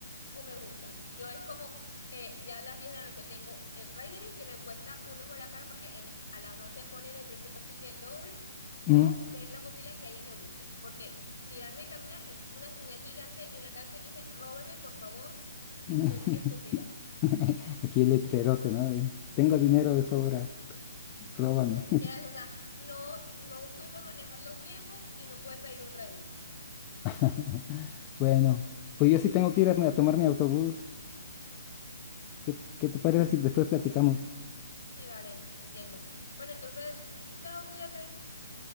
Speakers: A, on the left (about 70°); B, on the left (about 20°).
A: o me buscan. Yo es como, eh, ya a las 10 de la noche tengo el Ridery que me cuesta un ojo de la cara porque en, a la noche ponen el precio casi que el doble o
B: Mm.
A: ver la posibilidad que alguien me busque. Porque tirarme a caminar es una señal gigante en la cabeza que dice, róbeme por favor,
B: mm.
A: soy estúpida.
B: <laughs> <laughs> Aquí el letrerote, ¿no? De, tengo dinero de sobra,
A: <laughs>
B: róbame.
A: Ni siquiera eso, o sea, no, no supe manejar los tiempos y no pude pedir un Ridery.
B: <laughs> Bueno, pues yo sí tengo que ir a, a tomar mi autobús. ¿Qué, qué te parece si después platicamos?
A: Sí, vale, entiendo. Bueno, entonces, chao, cuídate.